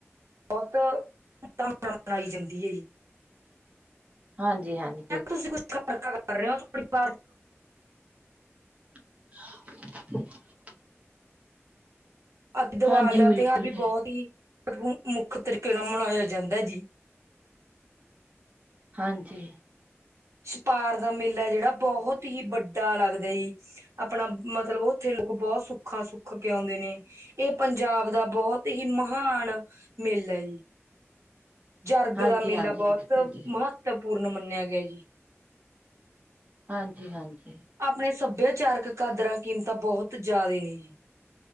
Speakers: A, on the right (about 80°); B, on the right (about 30°).
A: ਬਹੁਤ ਧੁਮਧਾਮ ਨਾਲ ਮਨਾਈ ਜਾਂਦੀ ਐ ਜੀ।
B: ਹਾਂਜੀ ਹਾਂਜੀ
A: ਮ ਤੁਸੀਂ ਕੁਛ ਖਰਕਾ ਕਰ ਰਹੇ ਹੋ ਤੁਹਾ
B: <unintelligible>
A: ਅਤੇ ਦੀਵਾਲੀ
B: ਹਾਂਜੀ
A: ਦਾ
B: ਬਿਲਕੁਲ
A: ਤਿਉਹਾਰ ਵੀ
B: ਜੀ,
A: ਬਹੁਤ ਹੀ ਮੁੱਖ ਤਰੀਕੇ ਨਾਲ ਮਨਾਇਆ ਜਾਂਦਾ ਹੈ ਜੀ
B: ਹਾਂਜੀ
A: ਛਪਾਰ ਦਾ ਮੇਲਾ ਜਿਹੜਾ ਬਹੁਤ ਹੀ ਵੱਡਾ ਲੱਗਦਾ ਜੀ ਆਪਣਾ ਮਤਲਬ ਉੱਥੇ ਲੋਕ ਬਹੁਤ ਸੁੱਖਾ ਸੁੱਖ ਕੇ ਆਉਂਦੇ ਨੇ ਇਹ ਪੰਜਾਬ ਦਾ ਬਹੁਤ ਹੀ ਮਹਾਨ ਮੇਲਾ ਹੈ ਜੀ ਜਰਗ
B: ਹਾਂਜੀ-ਹਾਂਜੀ
A: ਦਾ ਮੇਲਾ ਬਹੁਤ
B: ਬਿਲਕੁਲ ਜੀ,
A: ਮਹੱਤਵਪੂਰਨ ਮੰਨਿਆ ਗਿਆ ਜੀ
B: ਹਾਂਜੀ ਹਾਂਜੀ
A: ਆਪਣੇ ਸੱਭਿਆਚਾਰਕ ਕਾਦਰਾਂ ਕੀਮਤਾਂ ਬਹੁਤ ਜ਼ਿਆਦਾ ਨੇ ਜੀ